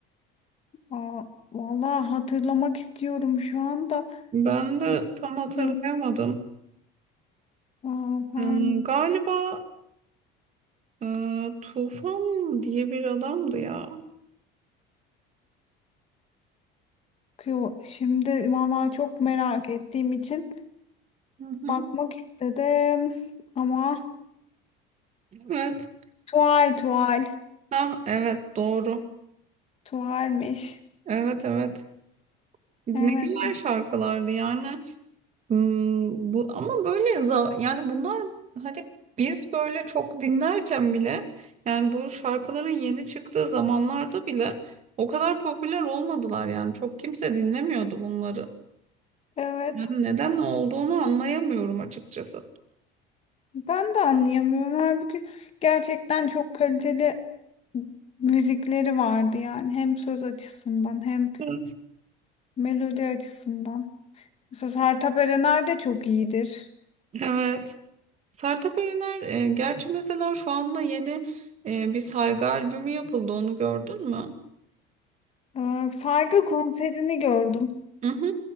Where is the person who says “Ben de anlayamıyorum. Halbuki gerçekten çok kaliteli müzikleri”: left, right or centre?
Left